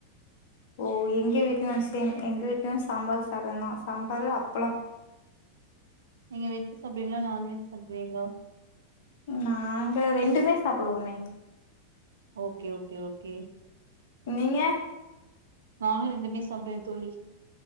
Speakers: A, on the left (about 50°); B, on the right (about 65°).
A: ஓ எங்க வீட்லயு சேம் எங்க வீட்லயு சாம்பார் சாத தா சாம்பாரு அப்ள
B: நீங்க வெஜ் சாப்டுவிங்களா நான்வெஜ் சாப்டுவிங்களா
A: நாங்க ரெண்டுமே சாப்டுவோமே
B: ஓகே ஓகே ஓகே
A: நீங்க
B: நானு ரெண்டுமே சாப்டுவே தோழி